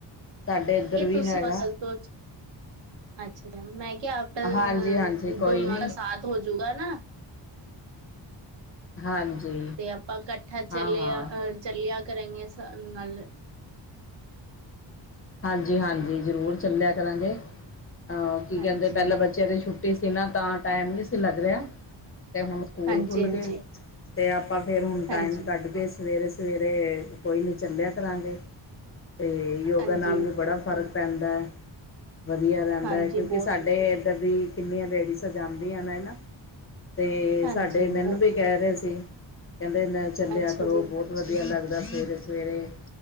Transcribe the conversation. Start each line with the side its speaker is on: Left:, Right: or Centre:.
Left: ਸਾਡੇ ਇੱਧਰ
Right: ਕਿ
Left: ਵੀ
Right: ਤੁਸੀਂ
Left: ਹੈਗਾ।
Right: ਕਲ ਤੋਂ ਅੱਛਾ ਮੈਂ ਕਿਆ ਆਪ ਅ
Left: ਹਾਂਜੀ ਹਾਂਜੀ ਕੋਈ
Right: ਦੋਨੋ
Left: ਨਹੀਂ
Right: ਦਾ ਸਾਥ ਹੋਜੂਗਾ ਨਾ।
Left: ਹਾਂਜੀ
Right: ਤੇ ਆਪਾਂ ਕੱਠਾ ਚੱਲਿਆ
Left: ਹਾਂ ਹਾਂ
Right: ਅ ਚੱਲਿਆ ਕਰਾਂਗੇ ਸਾਨੂੰ ਨਲ
Left: ਹਾਂਜੀ-ਹਾਂਜੀ ਜ਼ਰੂਰ ਚੱਲਿਆ ਕਰਾਂਗੇ ਅ ਕੀ
Right: ਹਾਂਜੀ
Left: ਕੈਂਦੇ ਪੈਲਾਂ ਬੱਚਿਆਂ ਦੀ ਛੁੱਟੀ ਤੇ ਸੀ ਨਾ ਤਾਂ ਟਾਈਮ ਨੀ ਸੀ ਲੱਗ ਰਿਆ। ਤੇ ਹੁਣ ਸਕੂਲ
Right: ਹਾਂਜੀ
Left: ਖੁੱਲ
Right: ਹਾਂਜੀ
Left: ਗਏ ਤੇ ਆਪਾਂ ਫਿਰ ਹੁਣ
Right: ਹਾਂਜੀ
Left: ਟਾਈਮ ਕੱਢ ਗਏ ਸਵੇਰੇ ਸਵੇਰੇ ਕੋਈ ਨੀ ਚੱਲਿਆ ਕਰਾਂਗੇ ਤੇ ਯੋਗ
Right: ਹਾਂਜੀ
Left: ਬੜਾ ਫ਼ਰਕ ਪੈਂਦਾ ਹੈ ਵਧੀਆ ਰੈਂਦਾ
Right: ਹਾਂਜੀ
Left: ਕਿਉਂਕਿ
Right: ਬਹੁਤ
Left: ਸਾਡੇ ਇੱਧਰ ਦੀ ਕਿੰਨੀਆਂ ਲੇਡੀਜ਼ਾਂ ਜਾਂਦੀਆਂ ਨੇ ਹਨਾ ਤੇ
Right: ਹਾਂਜੀ
Left: ਸਾਡੇ ਇਨਾਂ
Right: ਬਹੁਤ
Left: ਨੂੰ ਵੀ ਕੈ ਰਏ ਸੀ ਕੈਂਦੇ ਨਾ ਚੱਲਿਆ
Right: ਅੱਛਾ
Left: ਕਰੋ
Right: ਜੀ
Left: ਬੋਤ ਵਧੀਆ ਲੱਗਦਾ ਸਵੇਰੇ ਸਵੇਰੇ